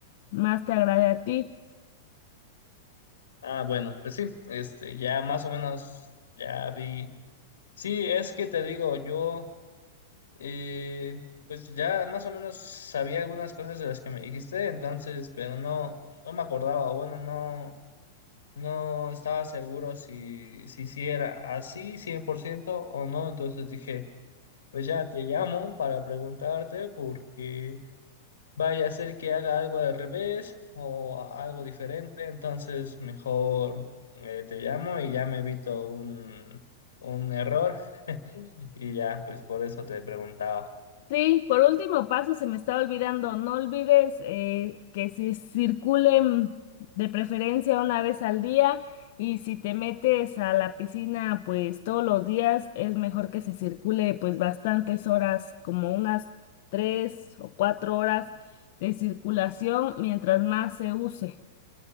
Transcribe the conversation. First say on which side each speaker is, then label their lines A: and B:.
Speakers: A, on the left; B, on the left.
A: más te agrade a ti.
B: ah, bueno, pues sí, este, ya más o menos ya vi. Sí, es que te digo, yo eh, pues ya más o menos sabía algunas cosas de las que me dijiste, entonces, pero no, no me acordaba, o bueno, no, no estaba seguro si, si, sí era así 100% o no, entonces dije, pues ya te llamo para preguntarte porque vaya a ser que haga algo al revés o algo diferente, entonces mejor eh, te llamo y ya me evito un un error. Y ya, pues por eso te preguntaba.
A: Sí, por último paso, se me estaba olvidando, no olvides eh, que si circulen de preferencia una vez al día y si te metes a la piscina pues todos los días es mejor que se circule pues bastantes horas, como unas tres o cuatro horas de circulación mientras más se use.